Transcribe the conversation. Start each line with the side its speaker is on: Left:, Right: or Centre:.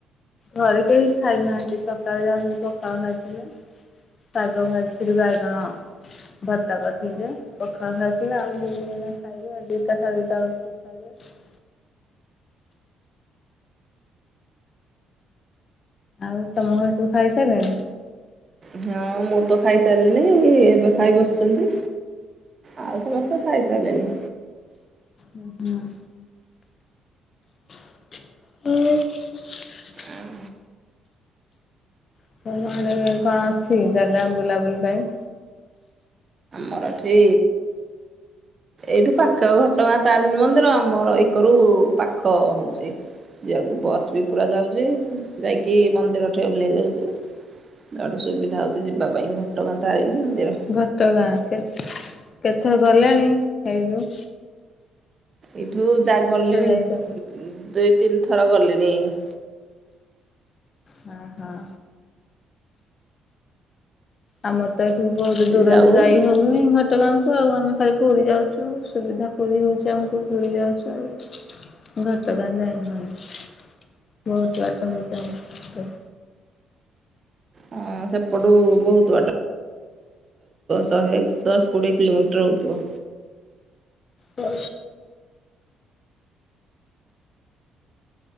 Left: ଘରେ କେହି ଖାଇନାହାନ୍ତି ସକାଳୁ ଯାହା ସବୁ ପଖାଳ ଖାଇଥିଲେ। ଶାଗ ଭାଜିଥିଲି ବାଇଗଣ ଭତ୍ତା କରିଥିଲି ଯେ ପଖାଳ ଖାଇଥିଲା ଆଉ ସେ ଖାଇବେ ଦିଟା ସାଢ଼େ ଦିଟା ଓଳୁକୁ। <inaudible> ଆଉ ତମ ଘର ସବୁ ଖାଇସାରିଲାଣି?
Right: ହଁ ମୁଁ ତ ଖାଇସାରିଲିନି ଏବେ ଖାଇ ବସଛନ୍ତି। ଆଉ ସମସ୍ତେ ଖାଇ ସାରିଲେଣି।
Left: ହୁଁ- ହୁଁ। ହଁ।
Right: ଆଉ
Left: <unintelligible> କଣ ଅଛି ଜାଗା ବୁଲାବୁଲି ପାଇଁ।
Right: ମରାଠୀ ଏଇଠୁ ପାଖ ଘଟଗାଁ ତାରିଣୀ ମନ୍ଦିର ଆମ ଏକଇରୁ ପାଖ ହଉଛି। ଯିବାକୁ ବସ୍ ବି ପୁରା ଯାଉଛି ଯାଇକି ମନ୍ଦିର ଠେ ଓହ୍ଲେଇ ଦେଉଛୁ। ଇଆଡ଼େ ସୁବିଧା ହେଉଛି ଯିବା ପାଇଁ ଘଟଗାଁ ତାରିଣୀ ମନ୍ଦିର।
Left: ଘଟଗାଁ କେ କେଥର ଗଲାଣି ହେଇ <unintelligible>
Right: ଏଇଠୁ ଯା ଗଲିଣି
Left: ଯାଇଛନ୍ତି?
Right: ଦୁଇ ତିନି ଥର ଗଲେଣୀ ଝୁ
Left: ହଁ ହଁ। ଆମର ତ ଏଠୁ ବହୁତ ଦୂରରେ
Right: ଯାଉ ହଁ
Left: ଯାଇ ହଉ ପୁଣି ଘଟଗାଁକୁ ଆଉ ଆମେ ଖାଲି ପୁରୀ ଯାଉଛୁ ସୁବିଧା ପୁରୀ ହେଉଛି ଆମକୁ ପୁରୀ ଯାଉଛୁ ଆଉ। ଘଟଗାଁ ଯାଇ ହଉନି ବହୁତ ଘଟ ହେଯାଣି।
Right: ହଁ ସେପଟୁ ବହୁତ ବାଟ। ଶହେ ଦଶ କୋଡ଼ିଏ କିଲୋମିଟର ହେଉଥିବା।
Left: ହୁଁ।